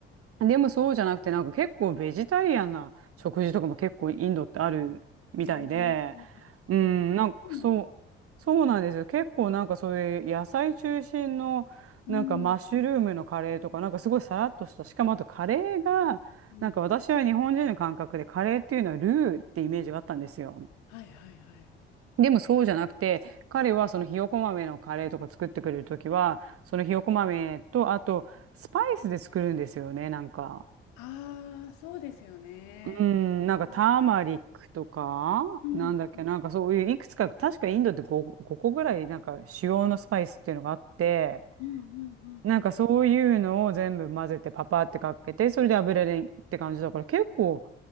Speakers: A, on the right; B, on the left.
A: でもそうじゃなくて、なんか結構ベジタリアンな食事とかも結構インドってあるみたいで、
B: ええ
A: うん、
B: 港の方の。
A: なんかそう、そうなんですよ。結構なんかそういう野菜中心の、
B: うん
A: なんかマッシュルームのカレーとか、なんかすごいさらっとした、しかもあとカレーが、
B: うん。
A: なんか私は日本人の感覚でカレーっていうのはルーってイメージがあったんですよ。
B: はいはいはい。
A: でもそうじゃなくて、彼はそのひよこ豆のカレーとか作ってくれるときは、そのひよこ豆と、あとスパイスで作るんですよね、なんか。
B: ああ、そうですよね。
A: うん、
B: うん
A: なんかターマリックとか、
B: うんうん
A: なんだっけ、なんかそういういくつか、確かインドって5、個ぐらいなんか主要のスパイスっていうのがあって、
B: うんうんうん。
A: なんかそういうのを全部混ぜてパパってかけて、それで油でって感じだから結構